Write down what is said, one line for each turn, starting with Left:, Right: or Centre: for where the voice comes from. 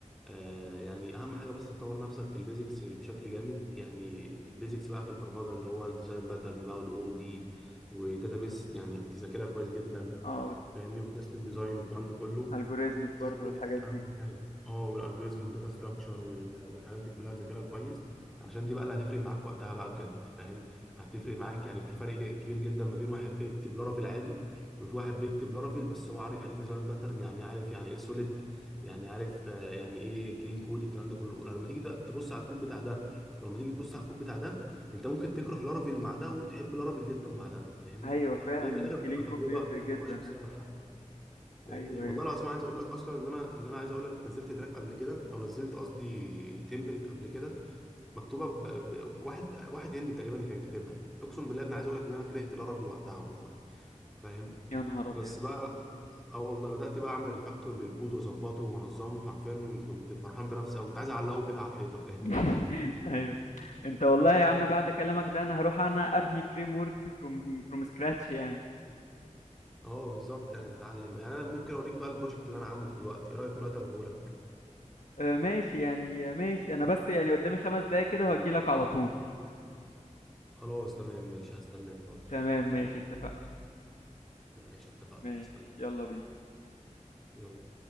Centre: آه يعني اهم حاجه بس تطور نفسك في البيزكس بشكل جامد يعني البيزكس بقى في البرمجه اللي هو الديزاين باترن بقى والاو بي وداتابيس يعني تذاكرها كويس جدا
Left: اه
Centre: فاهمني وسيستم ديزاين والكلام ده كله
Left: الجوريزمز برضو
Centre: تذاكره
Left: والحاجات
Centre: بس اهم
Left: دي
Centre: حاجه اه والالجوريزم والداتا ستراكشر والحاجات دي كلها تذاكرها كويس علشان دي بقى اللي هتفرق معاك وقتها بقى بجد فاهم هتفرق معاك يعني في فرق جا- كبير جدا ما بين واحد بيكتب لارافيل عادي وفي واحد بيكتب لارافيل بس هو عارف يعني ايه ديزاين باترن يعني عارف يعني ايه سوليد يعني عارف آه، يعني ايه كلين كود الكلام ده كله لما تيجي ده تبص على الكود بتاع ده ولما تيجي تبص على الكود بتاع ده انت ممكن تكره لارافيل مع ده وتحب لارافيل جدا مع ده فاهمني
Left: ايوه فعلا
Centre: فهي في الاخر
Left: الكلين
Centre: بتبقى تجربه
Left: كود بيفرق
Centre: تجربه
Left: جدا
Centre: شخصيه مع حد فاهمني
Left: ايوه
Centre: والله
Left: ايوه
Centre: العظيم عايز اقول لك اصلا ان انا ان انا عايز اقول لك نزلت تراك قبل كده او نزلت قصدي تمبلت قبل كده مكتوبه ب... ب... واحد واحد هندي تقريبا اللي كان كاتبها اقسم بالله انا عايز اقول لك ان انا كرهت لارافيل وقتها والله فاهم
Left: يا نهار
Centre: بس
Left: ابيض
Centre: بقى اه والله بدات بقى اعمل ريفاكتور للكود واظبطه وانظمه حرفيا كنت فرحان بنفسي او كنت عايز اعلقه كده على الحيطه فاهمني
Left: <laughs> ايوه انت والله يا عم بعد كلامك ده انا هروح انا ابني فريم ورك فروم فروم سكراتش يعني
Centre: اه بالظبط يعني تتعلم يعني انا ممكن اوريك بقى البروجكت اللي انا عامله دلوقتي ايه رايك دلوقتي اوريه لك
Left: آه ماشي يعني آه، ماشي انا بس يعني قدامي خمس دقايق كده وهجيلك على طول
Centre: خلاص تمام ماشي هستناك حاضر
Left: تمام ماشي اتفقنا
Centre: ماشي اتفقنا
Left: ماشي
Centre: هستناك
Left: يلا بينا
Centre: يلا